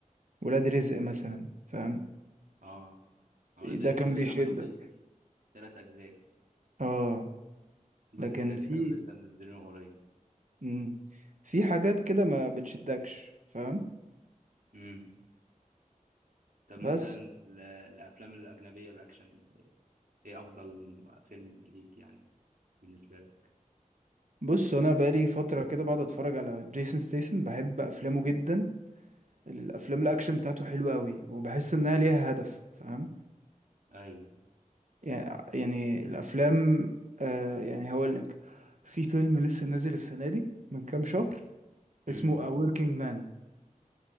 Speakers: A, on the right (about 60°); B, on the right (about 75°).
A: ولاد رزق مثلا فاهم
B: اه أولاد
A: ده
B: رزق
A: كان
B: دي
A: بيشدك
B: عملوا فيه تلات أجزاء
A: اه
B: الجزء
A: لكن
B: التالت
A: في
B: كانوا لسه منزلينه قريب
A: مم. في حاجات كده ما بتشدكش فاهم
B: امم طب مثلا
A: بس
B: ال- الأفلام الأجنبية الأكشن إيه أفضل فيلم ليك يعني بالنسبة لك؟
A: بص انا بقالي فتره كده بقعد اتفرج على جيسون ستيسن بحب افلامه جدا الافلام الاكشن بتاعته حلوه قوي وبحس انها ليها
B: مم.
A: هدف فاهم
B: أيوه
A: يعني يعني الافلام آه يعني هقول لك في فيلم لسه نازل السنه دي من كام شهر
B: امم
A: اسمه A Working Man